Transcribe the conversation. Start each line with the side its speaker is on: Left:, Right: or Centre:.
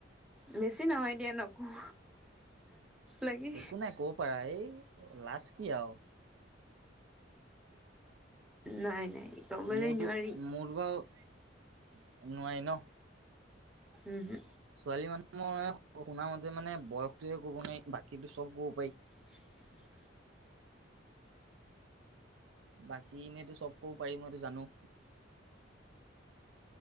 Centre: বেছি নহয় দিয়া নকওঁ লাগে
Right: একো নাই ক'ব পাৰা এই লাজ কি আৰু।
Centre: নাই নাই। ক'বলৈ
Right: মোৰতো
Centre: নোৱাৰি
Right: মোৰতো বাৰু নোৱাৰি ন।
Centre: উহো।
Right: ছোৱালী মানুহ মই শুনা মতে মানে বয়সটোয়ে ক'ব নোৱাৰি বাকীো চব ক'ব পাৰি।
Centre: <inaudible>
Right: বাকী এনেইতো চব ক'ব পাৰি মইতো জানো।